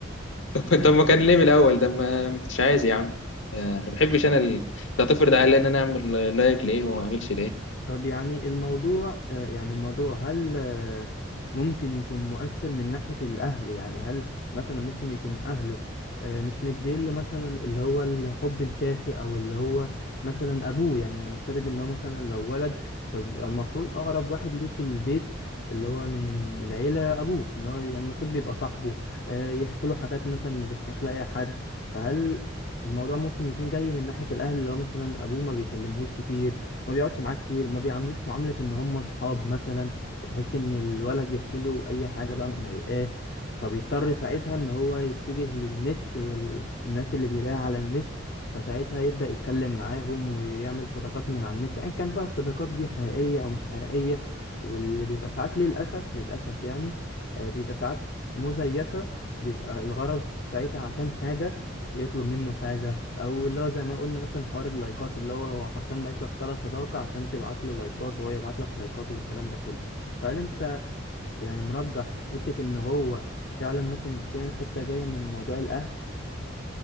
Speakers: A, on the left (about 70°); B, on the left (about 50°).
A: <laughs> طب ما كان ليه من الاول ده ما ما كنتش عايز يا عم آه، ما بحبش انا ال- لو تفرض عليا ان انا اعمل لايك ليه وما اعملش ليه
B: طب يعني الموضوع آه، يعني الموضوع هل آه، ممكن يكون مؤثر من ناحية الأهل يعني هل مثلا ممكن يكون أهله آه، مش مديله مثلا اللي هو الحب الكافي أو اللي هو مثلا أبوه يعني هنفترض إن هو مثلا لو ولد فبيبقى المفروض أقرب واحد ليه في البيت اللي هو من العيلة أبوه إن هو يعني المفروض بيبقى صاحبه آه، يحكي له حاجات مثلا ما بيحكاش لأي حد فهل الموضوع ممكن يكون جاي من ناحية الأهل اللي هو مثلا أبوه ما بيكلمهوش كتير ما بيقعدش معاه كتير ما بيعاملوش معاملة ان هم اصحاب مثلا بحيث ان الولد يحكي له اي حاجة بقى مضايقاه فبيضطر ساعتها ان هو يتجه للنت والناس اللي بيلاقيها على النت فساعتها يبدأ يتكلم معاهم ويعمل صداقات من على النت ايا كان بقى الصداقات دي حقيقية او مش حقيقية واللي بيبقى ساعات للأسف للأسف يعني آه، بيبقى ساعات مزيفة بيبقى الغرض ساعتها عشان حاجة يطلب منه حاجة او اللي هو زي ما قلنا مثلا حوار اللايكات اللي هو هو حرفيا بقيت لك طرف صداقة عشان تبعت له لايكات وهو يبعت لك لايكات والكلام ده كله فهل انت يعني مرجح حتة ان هو فعلا ممكن تكون الحتة جاية من موضوع الاهل